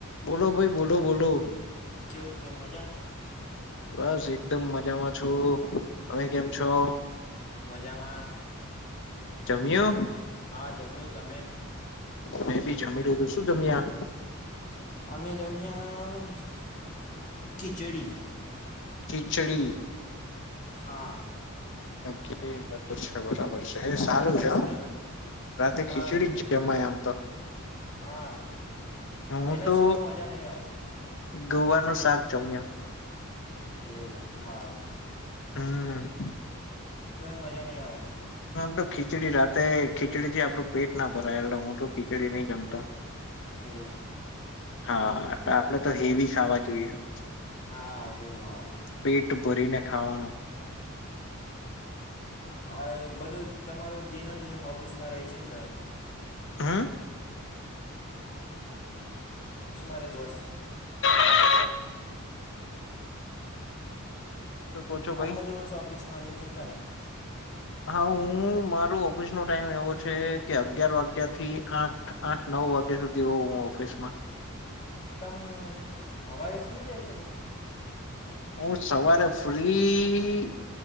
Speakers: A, on the left (about 60°); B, on the left (about 35°).
A: બોલો ભાઈ બોલો બોલો.
B: કેવું ત્યાં મજામાં?
A: બસ એકદમ મજામાં છું ઊં તમે કેમ છો?
B: મજામા
A: જમ્યો
B: ખા હા જમ્યું તમે?
A: મેં બી જમી લીધું શું જમ્યા?
B: અમે જમ્યા આ અ ખીચડી.
A: ખીચડી.
B: હા.
A: કેમ કે એ <unintelligible> છે બરાબર. છે
B: એવું
A: એ સારું
B: તમે
A: છે
B: શું
A: હો
B: જમે
A: રાતે
B: હા
A: ખીચડી
B: ના
A: જ જમાય આમ તો.
B: હા
A: હું
B: એના
A: તો
B: સિવાય મજા નઈ આવતી.
A: ગોવાર નું શાક જમ્યો?
B: એવું હારુ.
A: હમ્મ.
B: મજા નહીં આવતી
A: આમ તો ખીચડી રાતે ખીચડીથી આપડું પેટ ના ભરાય એટલે હું તો ખીચડી નઈ જમતો.
B: એઉ.
A: હા આપડે તો હેવી સાવા જોઈઅ.
B: હાઆ એવું હારુ.
A: પેટ ભરીને ખાવાનું.
B: આ બધું તમારો દિન જ ઓફિસમાં રેઇ છે ને ભાઈ.
A: હમ
B: <unintelligible> સ મારે બસ
A: હ <unintelligible> શું કહો છો ભાઈ
B: આખો દિવસ ઓફિસમાં રહે છે તમે-
A: હા હું માર ઓફિસ નો ટાઈમ એવો છે કે અગિયાર વાગ્યા થી આઠ આઠ નવ વાગ્યા- સુધી હોઉ હું ઓફિસ માં
B: તમે હવારે ફ્રી ર છો પછી
A: હું સવારે ફ્રી